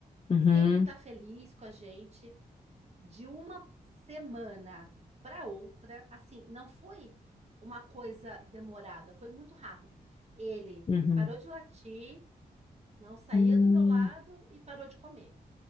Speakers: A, on the left; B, on the right.
A: Uhum,
B: sempre está feliz com a gente, de uma semana para outra, assim, não foi uma coisa demorada, foi muito rápido. Ele
A: uhum.
B: parou de latir, não saía
A: Hum,
B: do meu lado e parou de comer.